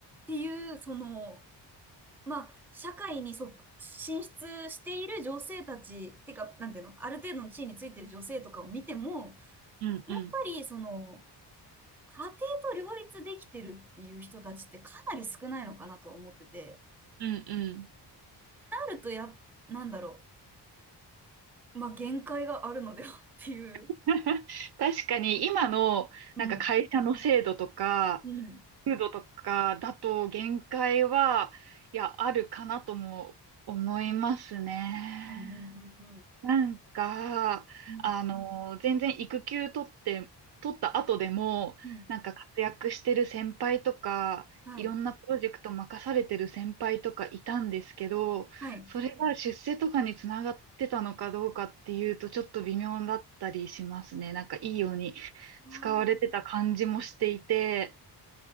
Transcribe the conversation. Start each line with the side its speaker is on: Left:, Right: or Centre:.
Centre: ていう、その、まあ、社会にそ進出している女性たち、ってか、なんていうの、ある程度の地位についてる女性とかを見ても、
Right: うん、
Centre: やっぱり、
Right: うん、
Centre: その、家庭と両立できてるっていう人たちってかなり少ないのかなとは思ってて、
Right: うん、うん。
Centre: なるとや、なんだろう、まあ、限界があるのではっていう。
Right: <laughs> 確かに今のなんか会社の制度とか、
Centre: うん。うん。
Right: 風土とかだと限界は、いや、あるかなとも思いますね。
Centre: うんうんうんうん。
Right: なんか、
Centre: うん。
Right: あの、全然育休取って、取った後でも、
Centre: うんうん
Right: なんか活躍してる先輩とか、
Centre: はい。
Right: いろんなプロジェクト任されてる先輩とかいたんですけど、
Centre: はい。
Right: それが出世とかにつながってたのかどうかっていうと、ちょっと微妙だったりしますね。なんかいいように
Centre: あー
Right: 使われてた感じもしていて、